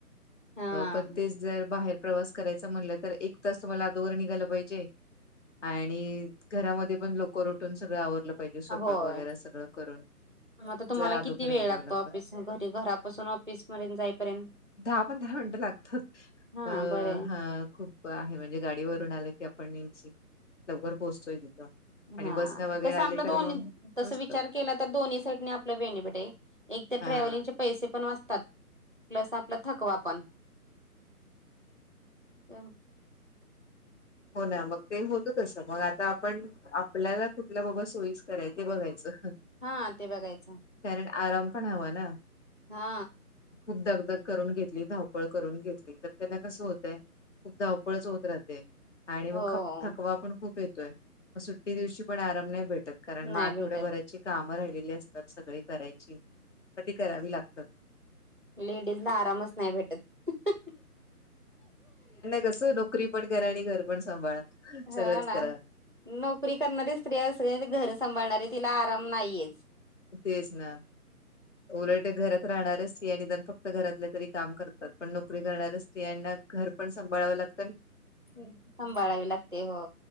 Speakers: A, on the right; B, on the left.
A: हा.
B: पण तेच जर बाहेर प्रवास करायचा म्हणलं तर एक तास तुम्हाला अदोघर निघालं पाहिजे आणि घरामध्ये पण लोक उठून सगळं आवरलं पाहिजे स्वयपाक
A: होय.
B: सगळं करून
A: आता तुम्हाला
B: अदोघर
A: किती वेळ
B: निघावं
A: लागतो
B: लागतं
A: ऑफिस घरी घरापासून ऑफिस पर्यंत जाईपर्यंत?
B: दहा पंधरा मिनटं लागतात
A: हा
B: अ
A: बरं आहे
B: हा खूप म्हणजे गाडीवरून आलं की आपण ने लवकर पोहोचतोय तिथं आणि
A: हा
B: बसन वगैरे
A: कसं
B: आले
A: आपलं
B: तर
A: दोन्ही
B: मग
A: तसं
B: पोहोचतात
A: विचार केला तर दोन्ही साईडने आपलं बेनिफिट आहे, एकतर
B: हा
A: ट्रॅव्हेलिंगचे पैसे पण वाचतात प्लस आपला थकवा पण हा.
B: हो ना मग ते होत तस मग आता आपण आपल्याला कुठल्या बाबा सोयीच कराय ते बघायचं
A: हा ते बघायचं
B: कारण आराम पण हवा ना
A: हा
B: खूप दगदग करून घेतली धाव पळ करून घेतली तर त्यांना कस होतय खूप धावपळच होत राहते आणि मग
A: हो
B: खप थकवा पण खूप येतोय मग सुट्टी दिवशी पण आराम नाही भेटत कारण मग
A: नाही
B: आठवड्याभराची
A: भेटत
B: कामं राहिलेली असतात सगळे करायची म ती करावी लागतात
A: लेडीज ला आरामच नाही भेटत
B: कस नोकरी पण करा आणि घर पण सांभाळा
A: हा
B: सगळंच
A: ना
B: करा
A: नोकरी करणारी स्त्र्रीया असली घर सांभाळणारी तिला आराम नाहीयेच
B: तेच ना उलट घरात राहणारच स्त्रिया निदान फक्त घरातले तरी काम करतात पण नोकरी करऱ्या स्त्रियांना घर पण सांभाळावं लागत
A: सांभाळावी लागते हो